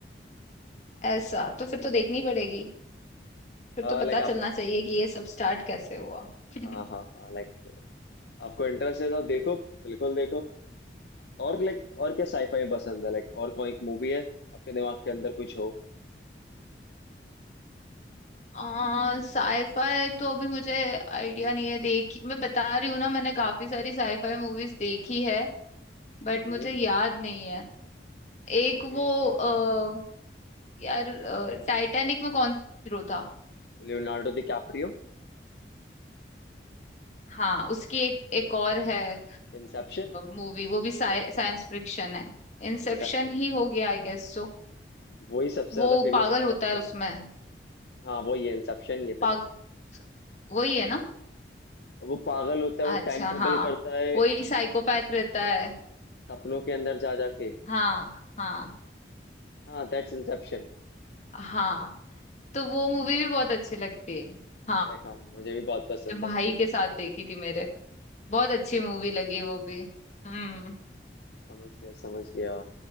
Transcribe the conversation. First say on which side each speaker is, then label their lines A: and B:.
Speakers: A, on the left; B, on the left.
A: ऐसा तो फिर तो देखनी पड़ेगी फिर तो पता
B: लाइक
A: चलना
B: आप
A: चाहिए कि ये सब स्टार्ट कैसे हुआ <laughs>
B: हाँ हाँ हाँ लाइक आपको इंटरेस्ट है तो देखो बिल्कुल देखो और लाइक और क्या साईफाई में पसंद है लाइक और कोई मूवी है आपके दिमाग के अंदर कुछ हो
A: आ, साईफाई तो अभी मुझे आइडिया नहीं है देखी मैं बता रही हूँ ना मैंने काफी सारी साईफाई मूवीज देखी है बट
B: Hmm
A: मुझे याद नहीं है एक
B: Okay
A: वो
B: okay
A: आ, यार टाइटैनिक में कौन हीरो था
B: Leonardo DiCaprio
A: हाँ उसकी एक एक और है
B: Inception
A: मूवी वो भी साइंस फिक्शन है इंसेप्शन
B: Inception
A: ही हो गया आई गेस सो
B: वही सबसे ज्यादा
A: वो
B: फेमस
A: पागल
B: इंसेप्शन
A: होता है उसमें
B: है हाँ वही है इंसेप्शन ही है फिर
A: पागल वही है ना
B: वो पागल होता है
A: अच्छा
B: वो टाइम ट्रेवल
A: हाँ
B: करता है
A: वही साइकोपैथ रहता है
B: सपनों के अंदर जा जाके
A: हाँ हाँ
B: हाँ दैट्स इंसेप्शन
A: हाँ तो वो मूवी भी बहुत अच्छी लगती है हाँ
B: लाइक हाँ मुझे भी बहुत पसंद
A: मैं भाई
B: है मूवी लाइक
A: के साथ देखी थी मेरे बहुत अच्छी मूवी
B: ओके
A: लगी वो भी हम्म
B: समझ गया समझ गया